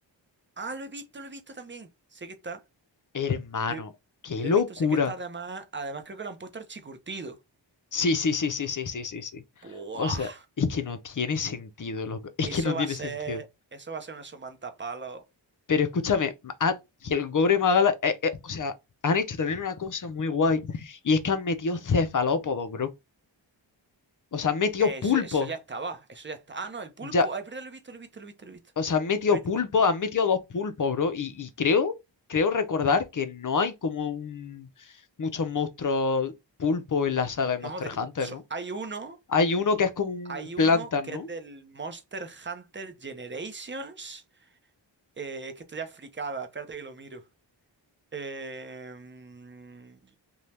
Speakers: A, on the right; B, on the left.
A: Ah, lo he visto, lo he visto también. Sé que está.
B: Hermano,
A: Lo he,
B: qué
A: lo
B: locura.
A: he visto, sé que está además. Además creo que lo han puesto archicurtido.
B: Sí, sí, sí, sí, sí, sí, sí, sí.
A: Buah,
B: O sea, es que no tiene sentido, loco. Es
A: eso
B: que no
A: va
B: tiene
A: a ser,
B: sentido.
A: eso va a ser una somanta palo.
B: Pero escúchame, ha- el Gore Magala, eh, eh, o sea, han hecho también una cosa muy guay. Y es que han metido cefalópodos, bro. O sea, han metido
A: Eh,
B: pulpos.
A: eso, eso ya estaba, eso ya está. Ah, no, el pulpo.
B: Ya,
A: Ay, perdón, lo he visto, lo he visto, lo he visto, lo he visto.
B: o sea, han metido
A: Lo he visto,
B: pulpos,
A: lo he visto.
B: han metido dos pulpos, bro. Y, y creo, creo recordar que no hay como un, muchos monstruos pulpo en la saga de
A: No,
B: Monster
A: de-
B: Hunter,
A: so-
B: ¿no?
A: hay uno,
B: Hay uno que es como un
A: hay
B: plantas,
A: uno que
B: ¿no?
A: es del Monster Hunter Generations. Eh, es que estoy ya fricada, espérate que lo miro. Eh, mm,